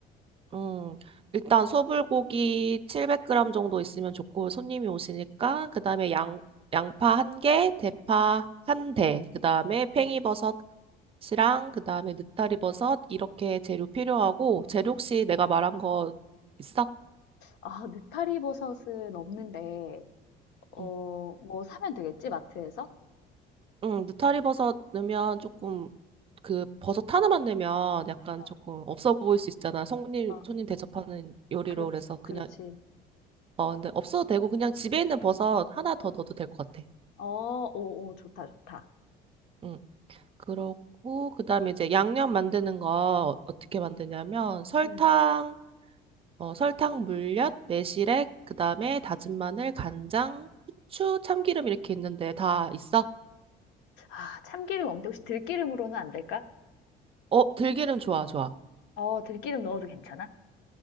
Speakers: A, on the right (about 30°); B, on the left (about 80°).
A: 음, 일단 소불고기 700g 정도 있으면 좋고 손님이 오시니까 그다음에 양 양파 한 개, 대파 한 대, 그다음에 팽이버섯이랑
B: 음.
A: 그다음에 느타리버섯 이렇게 재료 필요하고 재료 혹시 내가 말한 거 있어?
B: 아, 느타리 버섯은 없는데, 어,
A: 응,
B: 뭐 사면 되겠지, 마트에서?
A: 응, 느타리버섯 넣으면 조금 그 버섯 하나만 넣으면 약간
B: 어,
A: 조금 없어 보일 수 있잖아. 손님
B: 어,
A: 손님 대접하는 요리로
B: 그렇지,
A: 그래서 그냥
B: 그렇지.
A: 어 근데 없어도 되고 그냥 집에 있는 버섯 하나 더 넣어도 될 것 같아.
B: 어, 오, 오, 좋다, 좋다.
A: 응. 그렇고 그다음에 이제 양념 만드는 거 어떻게 만드냐면 설탕,
B: 음.
A: 어, 설탕 물엿, 매실액, 그다음에 다진 마늘, 간장, 후추, 참기름 이렇게 있는데 다 있어?
B: 아, 참기름 없는데 혹시 들기름으로는 안 될까?
A: 어, 들기름 좋아, 좋아.
B: 어, 들기름 넣어도 괜찮아?